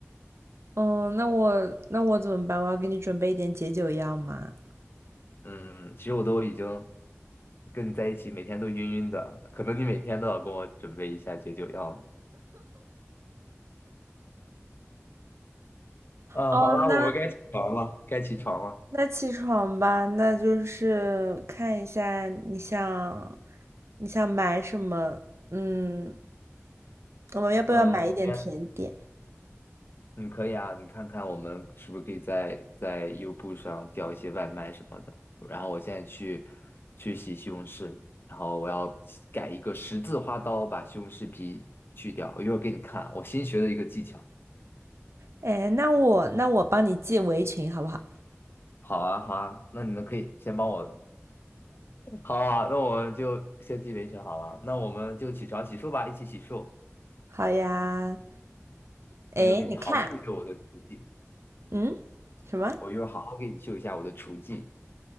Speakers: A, on the right; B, on the left.
A: 哦，那我那我怎么办？我要给你准备一点解酒药吗？
B: 嗯，其实我都已经跟你在一起，每天都晕晕的，可能你每天都要跟我准备一下解酒药了。啊，
A: 哦，
B: 好了，
A: 那
B: 我们该起床了，该起床了。
A: 那起床吧，那就是看一下你想你想买什么？嗯，我们要不要买一点甜点？
B: 嗯，我先嗯，可以啊，你看看我们是不是可以在在优步上叫一些外卖什么的。然后我现在去去洗西红柿，然后我要改一个十字花刀，把西红柿皮去掉。我一会儿给你看啊我新学的一个技巧。
A: 哎，那我那我帮你系围裙好不好？
B: 好啊，好啊，那你们可以先帮我。好啊，那我们就先记维权好了。那我们就起床洗漱吧，一起洗漱。
A: 好呀，哎，
B: 我一会儿给你好好秀一秀我的厨技，
A: 你看，嗯，什么？
B: 我一会儿好好给你秀一下我的厨技。